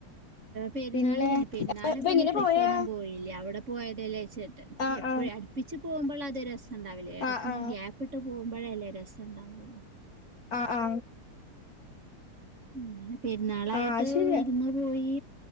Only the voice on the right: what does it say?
പെരുന്നാള്
കഴിഞ്ഞ് പെരുന്നാളിന്
പിന്നെ
ട്രിപ്പ്
ഒന്നും പോയില്ല അവിടെ പോയതെല്ലെ ചാട്ട്
എപ്പോഴും
അടുപ്പിച്ച് പോകുമ്പോൾ അത് രസം ഇണ്ടാവില്ലേ ഇടക്ക
ഇങ് ഗ്യാപ്പിട്ട് പോകുമ്പ <unintelligible> യല്ലേ രസണ്ടാവുള്ളൂ
അങ്ങനെ പെരുന്നാളായിട്ട്
വിരുന്ന് പോയി